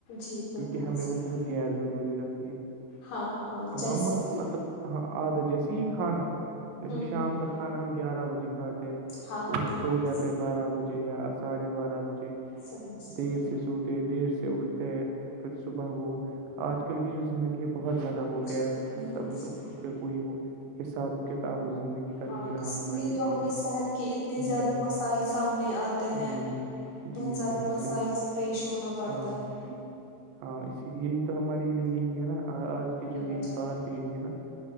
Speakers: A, on the left; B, on the right.
A: جی بالکل
B: کیونکہ ہمیں
A: صحیح
B: وہ بہت غیر ضروری لگتی ہے
A: ہاں
B: ہاں
A: جیسے کہ
B: مطلب ہاں آدت جیسی ہی کھانا جیسے
A: ہوں
B: شام
A: ہوں
B: کا کھ کھانا ہم گیارہ بجے کھاتے ہیں
A: ہاں
B: تو پھر
A: بالکل
B: سو جاتے
A: صحیح
B: بارہ بجے یا ساڑھے بارہ بجے
A: صحیح صحیح
B: دیر سے سوتے دیر سے اٹھتے پھر صبح وہ آج کل کی جو زندگی یہ بہت زیادہ وہ غیر
A: جی بالکل
B: حص مطلب
A: صحیح
B: اس پہ کوئی وہ حساب و کتاب زندگی کا
A: ہاں
B: نہیں رہا
A: اسی
B: ہمارے
A: لیے تو
B: جو
A: ہمیں صحت کے اتنے
B: ہ
A: زیادہ مسائل سامنے آتے ہیں
B: جی جی
A: بہت
B: جی
A: سارے
B: صحیح
A: مسائل
B: صحیح
A: سے پیش ہونا پڑتا
B: ہاں
A: ہے
B: ہاں اسی لیے یہی تو ہمارے لیے یہی ہے نا آج کی جو
A: یہ
B: یہی
A: وجہ
B: بات یہی ہے نا